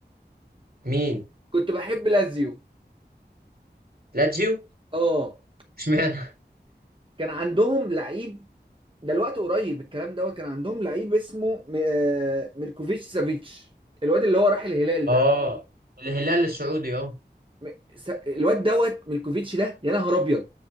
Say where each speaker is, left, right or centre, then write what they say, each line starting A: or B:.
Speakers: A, on the right; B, on the right.
A: مين
B: كنت بحب لازيو
A: لاتسيو
B: اه
A: اشمعنى
B: كان عندهم لعيب ده الوقت قريب الكلام دوت كان عندهم لعيب اسمه آه ميلكوفيتش سافيتش الواد اللي هو راح الهلال
A: اه
B: ده
A: الهلال السعودي اه
B: م- س- الواد دوت ميلكوفيتش ده يا نهار ابيض